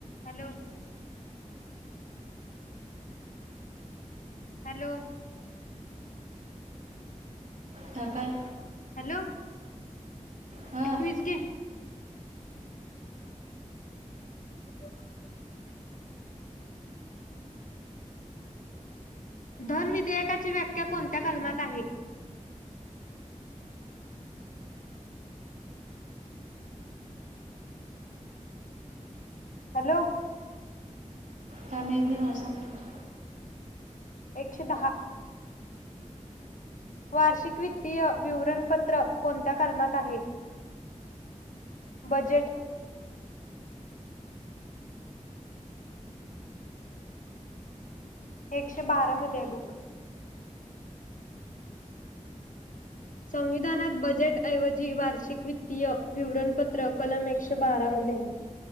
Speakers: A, on the left (about 85°); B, on the right (about 80°).
A: Hello. Hello.
B: हा काय?
A: Hello.
B: हा
A: एकवीस गे ब <inaudible> धनविधेयकाची व्याख्या कोणत्या कलमात आहे. हॅलो.
B: काय माहीत नाही मला सांग तूच.
A: एकशे दहा. वार्षिक वित्तीय विवरणपत्र कोणत्या कलमात आहे बजेट एकशे बारा मध्येय बघ. संविधानात बजेटऐवजी वार्षिक वित्तीय विवरणपत्र कलम एकशे बारामध्ये आहे.